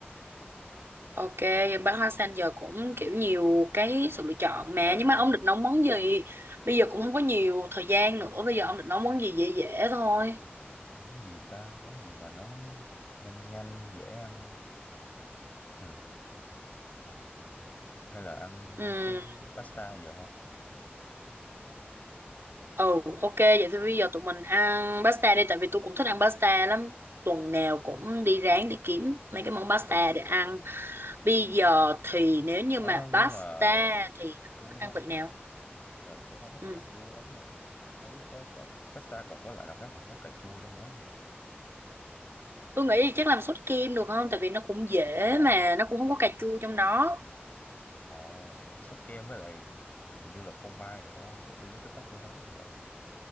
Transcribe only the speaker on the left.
Ừ,
ừ.
Ờ,
Món gì ta? Món gì mà nó nhanh nhanh, dễ ăn. Ừ. Hay là ăn
cái pasta giờ không?
Ờ,
nhưng
mà ờ,
tôi
không
thích,
ừ, tôi không thích
cà chua lắm nha. Không biết là có, có pasta còn có loại nào khác mà không có cà chua trong đó không
ờ
ờ sốt kem với lại hình như là phô mai đúng không bữa tôi lướt TikTok tôi thấy thì vậy